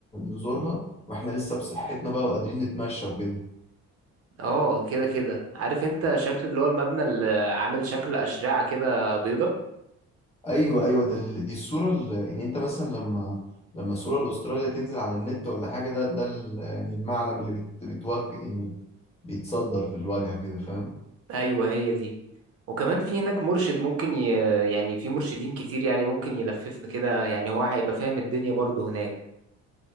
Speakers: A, on the left; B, on the right.
A: نزورها واحنا لسه بصحتنا بقى وقادرين نتمشى وكده
B: اه كده كده عارف انت شكل اللي هو المبنى اللي عامل شكل اشرعة كده بيضة
A: ايوه ايوه ده ال- دي الصوره ال- ان انت مثلا لما لما الصوره الاستراليا تنزل على النت ولا حاجه ده ده ال- يعني المعلم اللي بت بتوجه يعني بيتصدر في الواجهه كده فاهم
B: ايوه هي دي وكمان في هناك مرشد ممكن ي... يعني في مرشدين كتير يعني ممكن يلففنا كده يعني هو هيبقى فاهم الدنيا برضه هناك